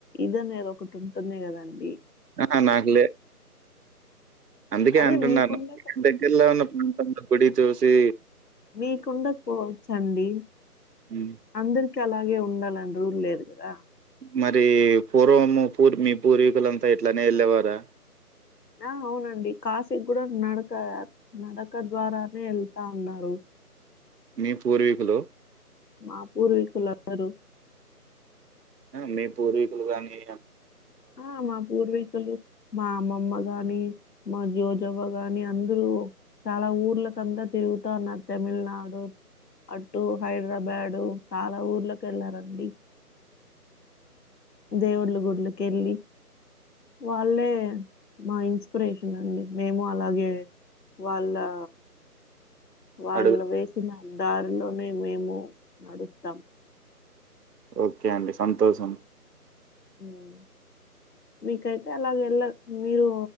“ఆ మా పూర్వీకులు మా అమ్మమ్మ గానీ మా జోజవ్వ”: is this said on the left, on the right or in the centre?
Left